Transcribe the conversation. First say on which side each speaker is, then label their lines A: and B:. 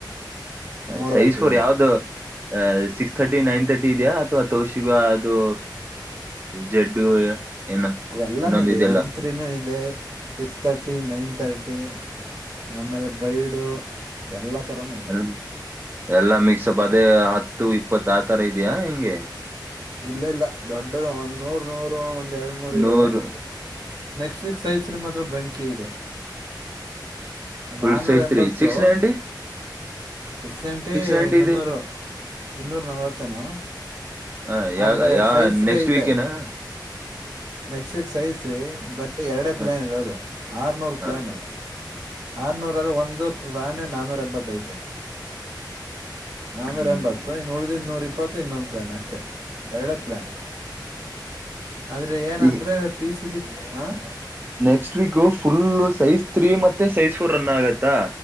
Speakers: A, on the right; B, on the right.
A: ಹ
B: ನೋಡ್ಬೇಕಿನ್ನು
A: ಸಹಸೂರ್ ಯಾವ್ದು ಅಹ ಸಿಕ್ಸ್ ತರ್ಟಿ ನೈನ್ ತರ್ಟಿ ಇದೆಯ ಅಥವಾ ತೋಶಿಕ ಅದು ಜಡ್ಡು ಏನು
B: ಎಲ್ಲಾನೂ
A: ಇನ್ನೊಂದ
B: ಇದೆ
A: ಇದೆಯಲ್ಲ
B: ಎಮ್ ತ್ರೀೂ ಇದೆ ಸಿಕ್ಸ್ ತಥರ್ಟಿ ನೈನ್ ತರ್ಟಿ ಆಮೇಲೆ ಬೈಡು ಎಲ್ಲ ಉ ತರಮ
A: ಅದು ಎಲ್ಲಾ ಮಿಕ್ಸಪ್ ಅದೇ ಹತ್ತು ಇಪ್ಪತ್ತು ಆತರ ಇದೆಯಾ ಹಿಂಗೆ
B: ಇಲ್ಲ ಇಲ್ಲ ದೊಡ್ಡದು ಒಂದ್ ನೂರ್ ನೂರು ಎರಡು ಮೂರ್ ಇದಾವೆ
A: ನೂರು
B: ನೆಕ್ಸ್ಟ್ ವೀಕ್ ಸಹತ್್ರರಿ ಮಾತ್ರ ಬಂ. ಬಕ್ಕ ಇಿದೆ.
A: ಫುಲ್
B: ನಾಾನೂರ
A: ಸೈಜ್
B: ಎಂಬತ್ತು
A: ತ್ರೀ six ninety
B: six ninety
A: ninety
B: ಮುನ್ನೂರು
A: ಇದೆ
B: ಇನ್ನೂರ ನಲ್ವತ್ತೇನು
A: ಹ ಯಾವ
B: ಆದರೆ
A: ಯಾ
B: ಸೈಸ ರೀ
A: ನೆಕ್ಸ್ಟ್
B: ಇದೆ.
A: ವೀಕೇನಾ
B: ನೆಕ್ಸ್ಟ್ ವೀಕ್ ಸೈಸ್ ರೀ ಬರ ಎರಡೇ ಪ್ಲ್ಾನ್
A: ಹ
B: ಇರೋದು ಆರುನೂರು
A: ಹ
B: ಪ್ಲ್ಯಾನು. ಆರ್ನೂರಲ್ಲಿ ಒಂದು ಪ್ರಾಣಿ. ನಾನೂರ ಎಂಬತ್ತೈತೆ. ನಾನೂ
A: ಹ್ಮ್
B: ರ ಎಂಬತ್ತು
A: ಹ್ಮ್.
B: ಇನ್ ಉಳ್ದಿದ್ ನೋ. ಇಪ್ಪತ್ತು ಇನ್ನೊಂದು ಪ್ಲ್ಯಾನ್ ಅಷ್ಟೇ ಎರಡೇ ಪ್ಲ್ಾನ್. ಆದ್ರೆ ಏನಂದ್ರೆ
A: ಈಗ
B: ಪಿ ಸಿ. ಸಿ ಹಾಂ.
A: Next week full size three ಮೆ. ಮತ್ತೆ ಸೈಜ್ಫೂರ್ ರನ್ನ ಆಗತ್ತಾ.